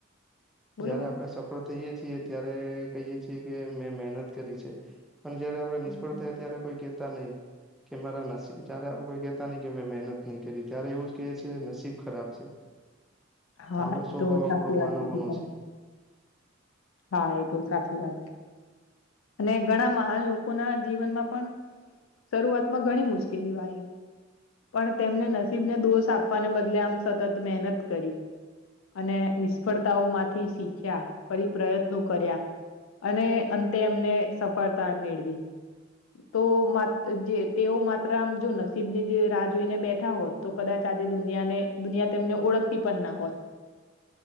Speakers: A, on the left; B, in the centre.
A: બોલો
B: જયારે
A: બોલો
B: આપણે સફળ થઈએ છીએ ત્યારે કહીએ છીએ કે મેં મહેનત કરી છે. પણ જયારે આપણે નિષ્ફળ થાય ત્યારે કોઈ કહેતા નહી. કે મારા નસીબ જ્યારે <unintelligible> કોઈ ક કેતા નહી કે મેં મહેનત નહી કરી ત્યારે એવું જ કે છે નસીબ ખરાબ છે.
A: હા
B: આવો સ્વભાવ
A: એ તો સાચી
B: આપડો માનવવો
A: વાત કીધી
B: નો
A: તમે
B: છે.
A: હા એ તો સાચી વાત છે અને ઘણા મહાન લોકોના જીવનમાં પણ શરૂઆતમાં ઘણી મુશ્કેલીઓ આવી પણ તેમને નસીબને દોષ આપ આપાને બદલે આમ સતત મહેનત કરી અને નિષ્ફળતાઓ માંથી શીખ્યા ફરી પ્રયત્નો કર્યા અને અંતે એમને સફળતા મેળવી. તો જે તેઓ માત્ર આમ જો નસીબ ની જે રાહ જોઈને બેઠા હોત તો. કદાચ આજે દુનિયાને દુનિયા તેમને ઓળખતી પણ ના હોત.